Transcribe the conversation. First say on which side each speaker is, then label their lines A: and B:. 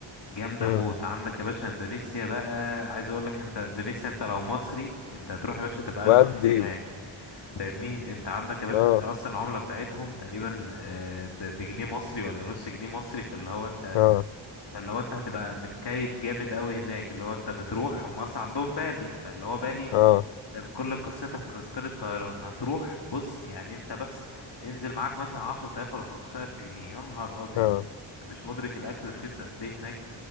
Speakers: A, on the left; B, on the left.
A: جامدة
B: مم.
A: موت عندك يا باشا اندونيسيا بقى عايز اقول لك انت اندونيسيا انت لو مصري انت هتروح يا باشا تبقى اغنى
B: ودي
A: واحد هناك فاهمني انت عندك يا باشا
B: اه
A: انت اصلا العملة بتاعتهم تقريبا آه، ب- بجنيه مصري ولا نص جنيه مصري فاللي هو انت
B: اه
A: فاللي هو انت هتبقى متكيد جامد قوي هناك اللي هو انت بتروح هم اصلا عندهم بالي فاللي هو بالي
B: اه
A: كل قصتك في تذكرة طيران هتروح بص يعني انت بس انزل معاك مثلا عشرة آلاف ولا خمستاشر ألف جنيه يا نهار أبيض
B: اه
A: انت مش مدرك الأكل رخيص قد إيه هناك